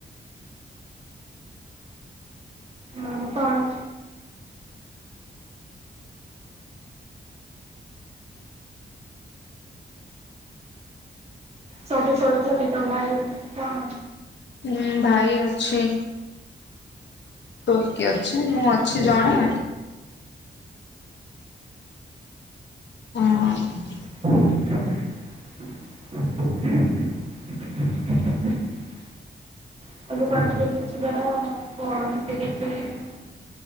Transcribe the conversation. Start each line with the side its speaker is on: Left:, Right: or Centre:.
Right: ଆଉ କଣ? ସବୁ ସୋଇଛନ୍ତି ନିଦଭାଇ ହଁ।
Left: ହୁଁ ଭାଇ ଅଛି। ତୋର କିିଏ ଅଛି ମୁଁ ଅଛି ଜଣେ। ହଁ।
Right: <inaudible> <unintelligible>